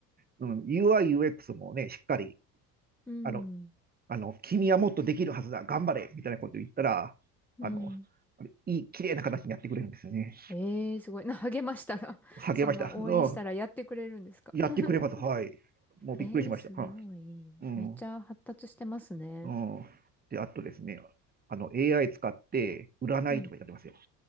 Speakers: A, on the right; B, in the centre.
A: うん、UI、UX もね、しっかり、
B: <laughs> うん、
A: あの、あの、君はもっとできるはずだ、頑張れみたいなこと言ったら、
B: うん。
A: あの、あれいい、綺麗な形にやってくれるんですよね。
B: ええーすごい。<laughs> な、励ましたらそんな応援したらやってくれるんですか
A: 励ました。うん。やってくれます。
B: <laughs>
A: はい。もうびっくりしました。
B: ええーすごい。
A: はい、うん。
B: めっちゃ発達してますね。
A: うん。で、あとですね、あの、AI 使って占いとかやってますよ。
B: はい。